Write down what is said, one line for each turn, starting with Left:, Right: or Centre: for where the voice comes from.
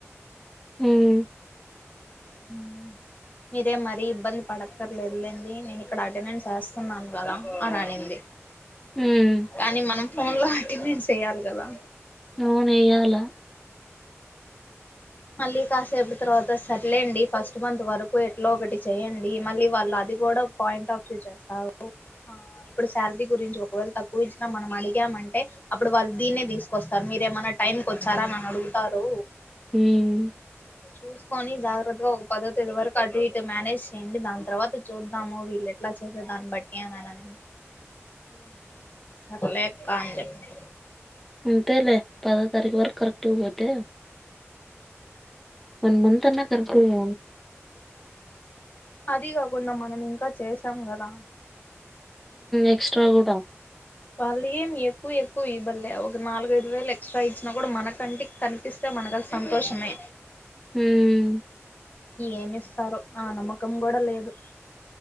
Centre: మ్మ్
Left: మ్మ్ మీరే మరీ ఇబ్బంది పడక్కర్లే లెండి నేను ఇక్కడ అటెండెన్స్ వేస్తున్నాను కదా అని అనింది
Centre: హ్మ్
Left: కానీ మనం ఫోన్ లాంటివి మేం చెయాలి కదా
Centre: నోన్ వేయ్యాల
Left: మళ్ళీ కాసేపు తర్వాత సర్లేండి ఫస్ట్ మంత్ వరకు ఎట్లా ఒకటి చేయ్యడి మళ్ళీ వాళ్ళ అది ఇది కూడా పాయింట్ ఆఫ్ వ్యూ చేస్తావు ఆ ఇప్పుడు శాలరీ గురించి ఒకవేళ తక్కువ ఇచ్చినా మనం అడిగామంటే అప్పుడు వాళ్ళు దీన్నే తీసుకొస్తారు మీరేమైన్నా టైంకి వచ్చారా అని అని అడుగుతారు
Centre: హ్మ్
Left: చూసుకొని జాగ్రత్తగా ఒక పదో తేదీ వరకు అటు ఇటు మేనేజ్ చేయండి దాని తర్వాత చూద్దాము వీళ్ళు ఎట్లా చేసే దాన్ని బట్టి నే నా నని
Centre: <inaudible>
Left: సరే అక్క చెప్పి
Centre: అంతేలే పదో తారీఖు వరకు కరెక్ట్ పోతే వన్ న్న కర్కవ
Left: అది ఇంకా చేసాం కదా
Centre: ఎక్స్ట్రా కూడా
Left: వాళ్ళ ఏం ఎక్కువ ఎక్కువ ఇవ్వలే ఒక నాలుగఐదు వేలు ఎక్స్ట్రా ఇచ్చినా కూడా మనకంటే కనిపిస్తా మనకల్ సంతోషమే
Centre: హమ్
Left: ఏమి ఇస్తారు ఆ నమ్మకం కూడా లేదు